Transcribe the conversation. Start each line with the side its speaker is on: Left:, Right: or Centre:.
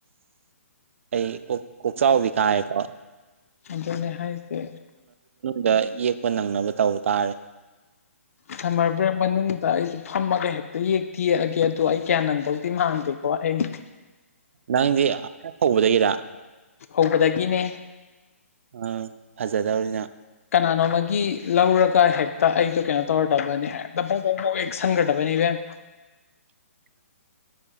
Right: ꯑꯩ ꯀꯣꯛ ꯀꯣꯛꯆꯥꯎꯕꯤ ꯀꯥꯔꯦꯀꯣ
Left: ꯑꯗꯨꯅꯦ ꯍꯥꯏꯁꯦ
Right: ꯗ ꯌꯦꯛꯄ ꯅꯪꯅꯕ ꯇꯧꯕ ꯇꯥꯔꯦ
Left: ꯁꯝꯃꯔ ꯕ꯭ꯔꯦꯛ ꯃꯅꯨꯡꯗ ꯑꯩꯁꯨ ꯐꯝꯃꯒ ꯍꯦꯛꯇ ꯌꯦꯛꯇ ꯌꯦꯛꯑꯒꯦ ꯑꯗꯣ ꯑꯩ ꯀꯌꯥ ꯅꯪꯗꯧꯗꯤ ꯃꯥꯟꯗꯦꯀꯣ ꯑꯩ <inaudible>
Right: ꯅꯪꯗꯤ ꯍꯧꯕꯗꯒꯤꯔ
Left: ꯍꯧꯕꯗꯒꯤꯅꯦ
Right: ꯑꯥ ꯐꯖꯗꯧꯔꯤꯅ
Left: ꯀꯅꯥꯅꯣꯝꯃꯒꯤ ꯂꯧꯔꯒ ꯍꯦꯛꯇ ꯑꯩꯗꯣ ꯀꯩꯅꯣ ꯇꯧꯔꯗꯕꯅꯤ ꯍꯦꯛꯇ ꯕꯣꯛ ꯕꯣꯛ ꯌꯦꯛꯁꯟꯒ꯭ꯔꯗꯕꯅꯤ ꯏꯕꯦꯝꯃ
Right: <inaudible>